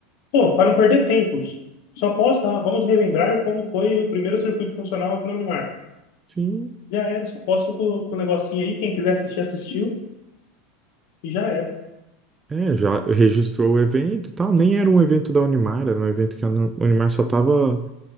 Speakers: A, on the left; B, on the right.
A: pô, para não perder tempo, só posta, ah, vamos relembrar como foi o primeiro circuito funcional aqui na Unimar.
B: Sim.
A: Já era, só posta com o negocinho aí, quem quiser assistir, assistiu, e já era.
B: É, já registrou o evento, e tal. Nem era um evento da Unimar, era um evento que a Nu- Unimar só tava